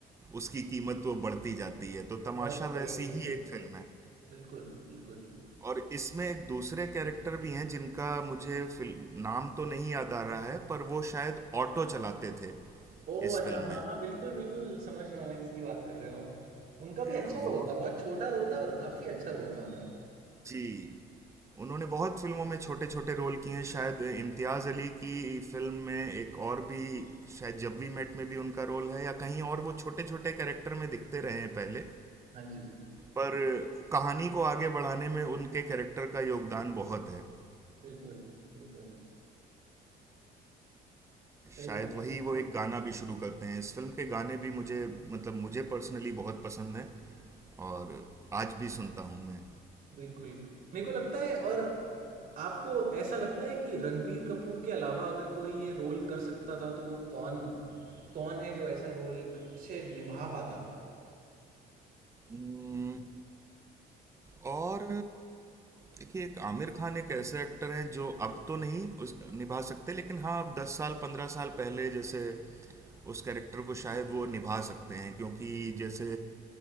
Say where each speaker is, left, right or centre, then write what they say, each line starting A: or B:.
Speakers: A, on the right; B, on the right.
A: उसकी कीमत वो बढ़ती जाती है तो
B: बहुत
A: तमाशा
B: सही
A: वैसी
B: चीज़
A: ही
B: बोल
A: एक
B: रहा
A: फिल्म
B: हूँ।
A: है
B: बिल्कुल, बिल्कुल।
A: और इसमें एक दूसरे कैरेक्टर भी हैं जिनका मुझे फिल्म नाम तो नहीं याद आ रहा है पर वो शायद ऑटो चलाते थे
B: ओह!
A: इस
B: अच्छा,
A: फिल्म
B: हाँ,
A: में
B: हाँ, बिल्कुल, बिल्कुल समझ रहा हूँ मैं किसकी बात कर रहे हो आप। उनका भी
A: अ,
B: अच्छा
A: वो
B: रोल था, बहुत छोटा रोल था पर काफ़ी अच्छा रोल था उनका।
A: जी उन्होंने बहुत फिल्मों में छोटे छोटे रोल किए हैं शायद इम्तियाज़ अली की फिल्म में एक और भी शायद जब वी मेट में भी उनका रोल है या कहीं और वो छोटे छोटे कैरेक्टर में दिखते रहे हैं पहले
B: हाँ जी,
A: पर कहानी को आगे बढ़ाने में उनके कैरेक्टर का योगदान बहुत है
B: बिल्कुल, बिल्कुल, सही
A: शायद
B: बात
A: वही
B: है,
A: वो एक गाना भी शुरू करते हैं इस फ़िल्म के गाने भी मुझे मतलब मुझे पर्सनली बहुत पसंद हैं और आज भी सुनता हूँ मैं
B: बिल्कुल। मेरे को लगता है और आपको ऐसा लगता है कि रणबीर कपूर के अलावा अगर कोई ये रोल कर सकता था तो वो कौन कौन है जो ऐसा रोल अच्छे निभा पाता?
A: उम्म, और देखिए एक आमिर खान एक ऐसे एक्टर हैं जो अब तो नहीं उस निभा सकते लेकिन हाँ दस साल पंद्रह साल पहले जैसे उस कैरेक्टर को शायद वो निभा सकते हैं क्योंकि जैसे